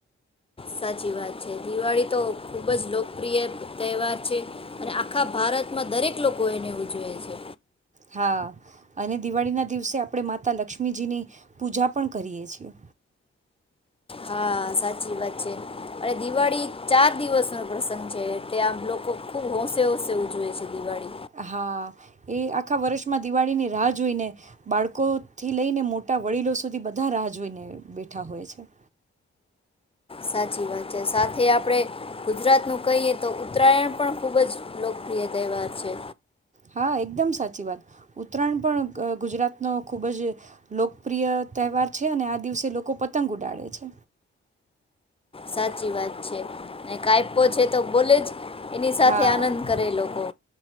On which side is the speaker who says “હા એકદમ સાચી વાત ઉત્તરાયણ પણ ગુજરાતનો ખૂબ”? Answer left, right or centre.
Right